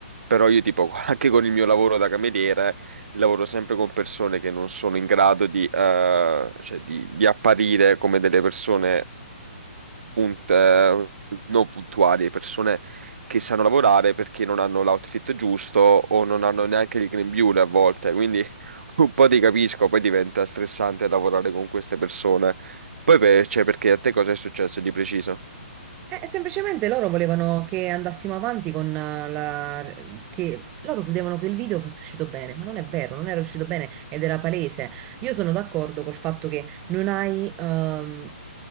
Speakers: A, on the right; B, on the right.
A: però io tipo, <laughs> anche con il mio lavoro da cameriere, lavoro sempre con persone che non sono in grado di, eh, cioè di, di apparire come delle persone punt- eh, non puntuali, persone che sanno lavorare perché non hanno l'outfit giusto o non hanno neanche il grembiule a volte, quindi <laughs> un po' ti capisco, poi diventa stressante lavorare con queste persone. Poi per- cioè, perché a te cosa è successo di preciso?
B: Eh, semplicemente loro volevano che andassimo avanti con eh, la... che loro credevano che il video fosse uscito bene, ma non è vero, non era uscito bene ed era palese. Io sono d'accordo col fatto che non hai ehm,